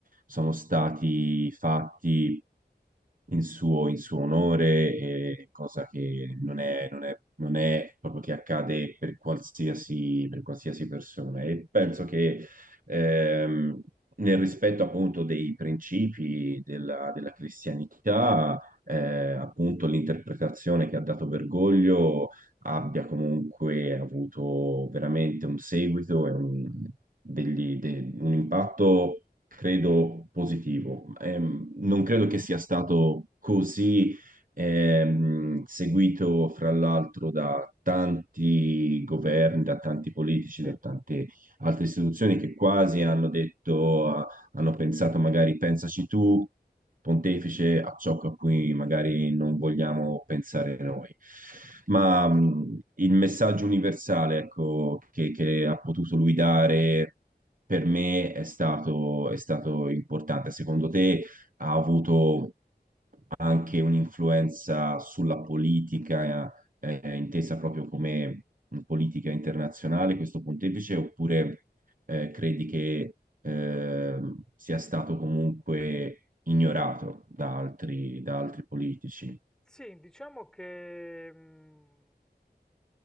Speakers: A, on the right; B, in the centre.
A: sono stati fatti in suo, in suo onore, e cosa che non è, non è, non è proprio che accade per qualsiasi, per qualsiasi persona. E penso che ehm, nel rispetto appunto dei principi della, della cristianità, eh, appunto l'interpretazione che ha dato Bergoglio abbia comunque avuto veramente un seguito e un, degli- de- un impatto, credo, positivo. Ehm, non credo che sia stato così. ehm, seguito fra l'altro da tanti governi, da tanti politici,
B: sì,
A: da tante altre istituzioni che quasi hanno detto, ah, hanno pensato magari pensaci tu, pontefice, a ciò a cui magari non vogliamo pensare noi. Ma
B: certo,
A: mh, il
B: certo.
A: messaggio universale, ecco, che, che ha potuto lui dare per me è stato, è stato importante. Secondo te ha avuto anche un'influenza sulla politica, eh, intesa proprio come politica internazionale, questo pontefice, oppure eh, credi che eh, sia stato comunque ignorato da altri, da altri politici?
B: Sì, diciamo che mh,